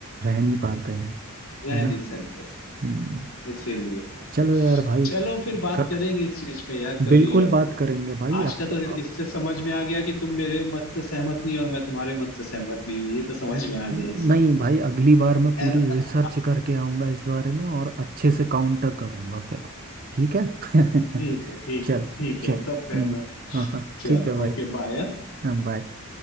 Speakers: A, on the right; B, on the left.
A: रह नहीं पाते हैं
B: रह
A: है ना
B: नहीं सकते
A: हम्म,
B: इसीलिए
A: चलो यार भाई
B: चलो फिर बात
A: क,
B: करेंगे इस चीज पे यार कभी
A: बिल्कुल
B: और
A: बात करेंगे भाई
B: आज
A: अब
B: का
A: तो
B: तो
A: अब
B: इससे समझ में आ गया कि तुम मेरे मत से सहमत नहीं हो और मैं तुम्हारे मत से सहमत नहीं हूँ ये तो समझ में आ गया
A: नहीं
B: इससे
A: भाई अगली बार मैं पूरी
B: है ना
A: रिसर्च
B: <laughs>
A: करके आऊँगा इस बारे में और अच्छे से काउंटर करूँगा फिर ठीक है <laughs>
B: ठीक है ठीक
A: चल
B: है ठीक है
A: चल हम्म
B: तब करना
A: हाँ हाँ ठीक
B: चलो
A: है भाई
B: ओके बाय
A: हाँ बाय